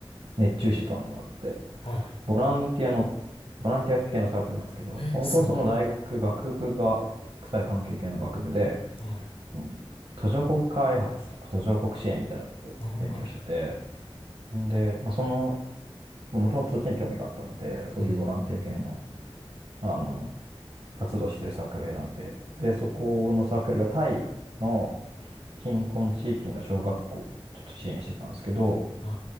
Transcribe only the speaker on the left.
はい。
えー、
すごい。
はい。
あ、はいはい。
うん。
は